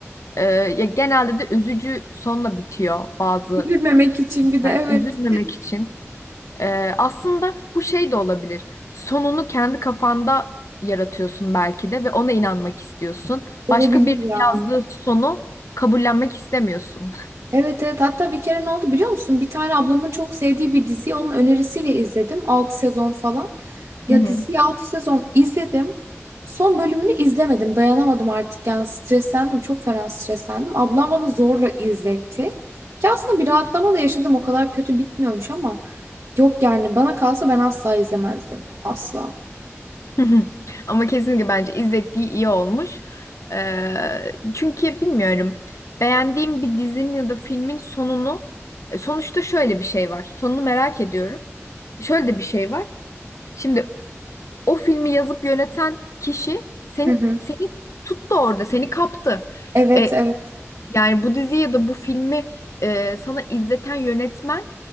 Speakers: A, on the left (about 80°); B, on the right (about 85°).
A: e, ya genelde de üzücü sonla bitiyor bazı.
B: üzülmemek için bir de
A: Yani
B: evet
A: üzülmemek için. Ee, aslında bu şey de olabilir. Sonunu kendi kafanda yaratıyorsun belki de ve ona inanmak istiyorsun.
B: olabilir
A: Başka bir
B: ya.
A: yazdığı sonu kabullenmek istemiyorsun.
B: Evet evet hatta bir kere ne oldu biliyor musun? Bir tane ablamın çok sevdiği bir diziyi onun önerisiyle izledim. 6 sezon falan. Ya
A: <laughs> Hı hı.
B: diziyi 6 sezon izledim. Son bölümünü izlemedim. Dayanamadım artık yani streslendim. Çok fena streslendim. Ablam bana zorla izletti. Ki aslında bir rahatlama da yaşadım. O kadar kötü bitmiyormuş ama yok yani bana kalsa ben asla izlemezdim. Asla.
A: <laughs> Ama kesinlikle bence izlettiği iyi olmuş. Ee, çünkü bilmiyorum. Beğendiğim bir dizinin ya da filmin sonunu e, sonuçta şöyle bir şey var. Sonunu merak ediyorum. Şöyle de bir şey var. Şimdi o filmi yazıp yöneten kişi seni,
B: Hı hı.
A: seni tuttu orada, seni kaptı.
B: Evet,
A: E,
B: evet.
A: yani bu diziyi ya da bu filmi e, sana izleten yönetmen